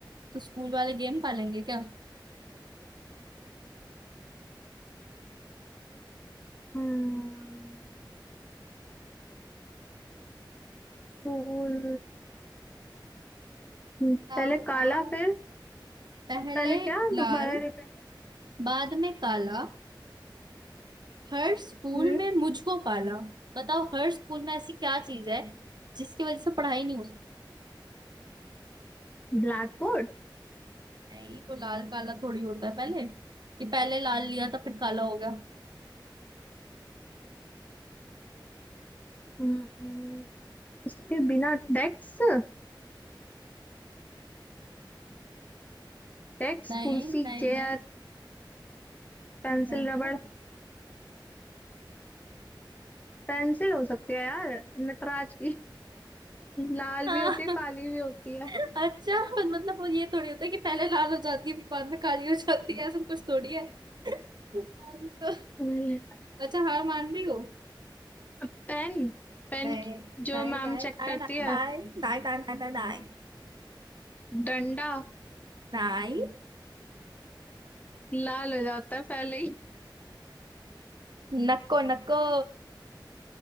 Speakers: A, on the right; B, on the left.
A: तो स्कूल वाले गेम पालेंगे क्या
B: हम्म, स्कूल हम्म,
A: बताओ
B: पहले
A: बताओ
B: काला फिर
A: पहले
B: पहले क्या
A: लाल
B: दोबारा रिपीट
A: बाद में काला हर स्कूल
B: हम्म
A: में मुझको पाला बताओ हर स्कूल में ऐसी क्या चीज है जिसकी वजह से पढ़ाई नहीं हो सकती
B: Blackboard
A: नहीं तो लाल काला थोड़ी होता है पहले कि पहले लाल लिया था फिर काला हो गया
B: हम्म, इसके बिना डेस्क डेस्क
A: नहीं
B: कुर्सी
A: नहीं
B: चेयर
A: नहीं
B: पेंसिल
A: नहीं
B: रबड़
A: तो
B: पेंसिल हो सकती है यार नटराज की लाल
A: हाँ
B: भी होती है
A: <laughs>
B: काली भी होती है
A: अच्छा मतलब वो ये थोड़ी होता है कि पहले लाल हो जाती है फिर बाद में काली हो जाती है ऐसा कुछ थोड़ी है <laughs> तो
B: हैं,
A: अच्छा हार मान रही हो
B: पेन पेन
A: này này
B: जो मैम
A: này
B: चेक
A: này
B: करती
A: này này
B: है
A: này này này này này
B: डंडा
A: này
B: लाल हो जाता है पहले ही
A: नक्को नक्को